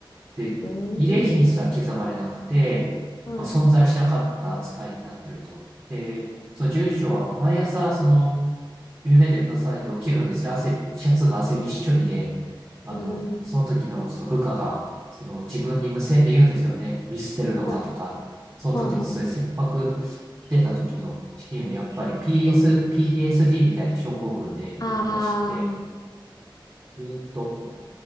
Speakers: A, on the right; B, on the left.
A: で、
B: ん、
A: 慰霊碑にすら刻まれなくて、
B: はい、
A: まあ、存在しなかった扱いになってると。で、その住所は毎朝その夢でうなされて起きるんですよ。汗、シャツが汗びっしょりで、あの、
B: うん、
A: その時のその部下が、その自分に無線で言うんですよね。見捨てるのかとか。
B: はい、
A: その時のそういう切迫してた時のシーンをやっぱり
B: はい、はい。
A: PS、PTSD みたいな症候群で思い出して、
B: ああ
A: ずっと
B: ー、